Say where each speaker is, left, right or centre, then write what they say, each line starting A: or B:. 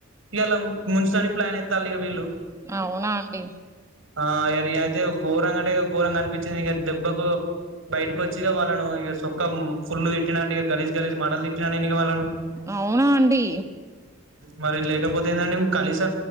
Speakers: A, on the right (about 80°); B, on the right (about 15°).
A: ఇలా ముంచటానికి ప్లాన్ ఎత్తల్లు ఇక వీళ్ళు
B: అవునా అండి
A: ఆ ఇగ నేను అయితే ఘోరంగా అంటే ఇ ఘోరంగా కనిపించింది ఇక దెబ్బకు బయటకు వచ్చిగా వాళ్ళను ఇక సొక్క ఫుల్లు తిట్టినండి ఇక గలీజ్ గలీజ్ మటలు తట్టిన ఇగ వాళ్ళను
B: అవునా అండి
A: మరి ఇట్ల ఇపోతుందండి కలిస